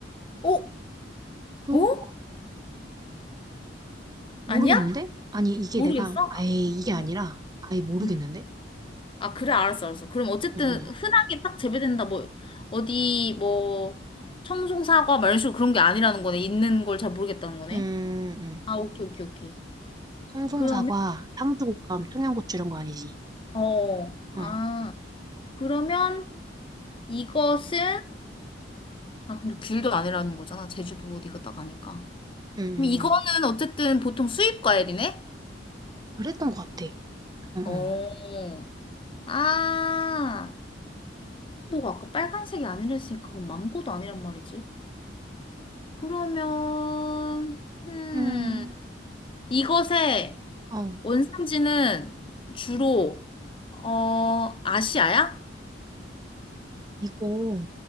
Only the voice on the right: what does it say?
이거
모르겠는데?
아니, 이게
내가 아예 이게
아니라 아예 모르겠는데?
응, 응.
음, 음.
송송사과,
상주곶감, 청양고추 이런 거 아니지?
응,
응,
응,
응.
그랬던 것 같아. 응,
응.
음,
어,
이거,